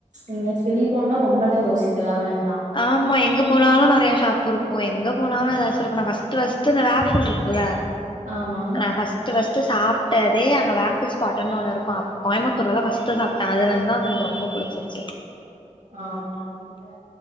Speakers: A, on the right; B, on the left.
A: எங்காச்சு வெளி போனுன்னா ரொம்பல்லா யோசிக்கலா வேண்டா
B: ஆமா எங்க போனாலு நெறைய ஷாப் இருக்கு எங்க போனாலு ஏதாச்சு இருக்கு நா ஃபஸ்ட் ஃபஸ்ட் இந்த வேஃப்ல் இருக்குல்ல
A: ஆமா
B: ஆ பஸ் ஃபஸ்ட் ஃப்ஸ்ட் சாப்பிட்டதே அங்க வேஃப்ல் ஸ்பாட்டுன்னு ஒன்னு இருக்கு கோயம்பத்தூர் ல தான் ஃபஸ்ட் சாப்ப அதுல இருந்து தா அது எனக்கு ரொம்ப புடிச்சிச்சு
A: ஆமா இங்க